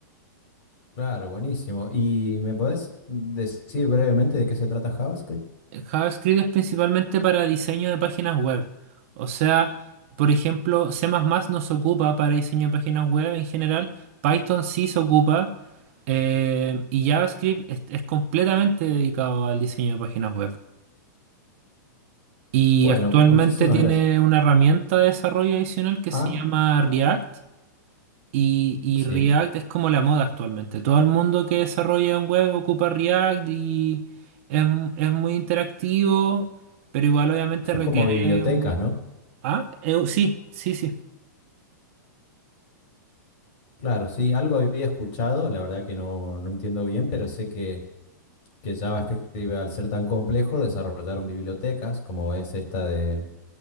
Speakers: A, on the left (about 40°); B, on the right (about 45°).
A: Claro, buenísimo. ¿Y me podés decir brevemente de qué se trata JavaScript?
B: JavaScript es principalmente para diseño de páginas web. O sea, por ejemplo, C++ no se ocupa para diseño de páginas web en general, Python sí se ocupa eh, y JavaScript es es completamente dedicado al diseño de páginas web. Y
A: Bueno,
B: actualmente
A: muchísimas
B: tiene
A: gracias.
B: una herramienta de desarrollo adicional que
A: Ah,
B: se llama React. Y, y
A: sí.
B: React es como la moda actualmente. Todo el mundo que desarrolla un web ocupa React y es, m- es muy interactivo, pero igual obviamente
A: Son
B: requiere
A: como bibliotecas,
B: un...
A: ¿no?
B: Ah, eh, sí, sí, sí.
A: Claro, sí, algo había escuchado, la verdad que no, no entiendo bien, pero sé que, que JavaScript, al ser tan complejo, desarrollaron bibliotecas como es esta de